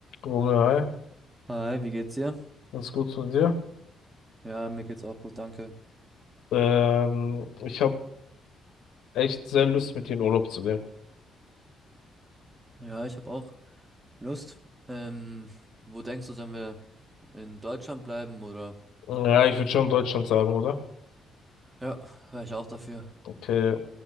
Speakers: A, on the left; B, on the right.
A: Romeo, hi.
B: Hi, wie geht's dir?
A: Ganz gut von dir.
B: Ja, mir geht's auch gut, danke.
A: Ähm, ich habe echt sehr Lust, mit dir in Urlaub zu gehen.
B: Ja, ich habe auch Lust. Ähm, wo denkst du, sollen wir in Deutschland bleiben oder?
A: Ja, ich würde schon Deutschland sagen, oder?
B: Ja, wäre ich auch dafür.
A: Okay.